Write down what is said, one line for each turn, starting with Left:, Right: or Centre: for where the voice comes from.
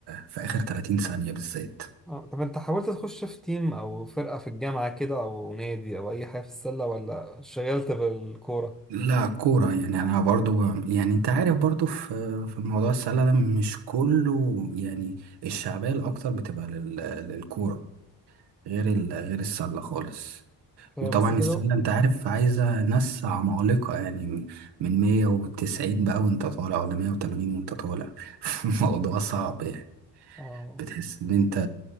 Right: في اخر 30 ثانيه بالذات
Centre: آه. طب أنت حاولت تخش في تيم أو فرقة في الجامعة كده أو نادي أو أي حاجة في السلة ولا شغلت بالكورة؟
Right: لا كوره يعني انا برضو يعني انت عارف برضو في في موضوع السله ده مش كله يعني الشعبيه الاكتر بتبقى لل- للكوره غير ال- غير السله خالص
Centre: آه،
Right: وطبعا
Centre: بس ده
Right: السله
Centre: جو؟
Right: انت عارف عايزه ناس عمالقه يعني من 190 بقى وانت طالع ولا 180 وانت طالع <laughs> الموضوع صعب يعني
Centre: آه
Right: بتحس ان انت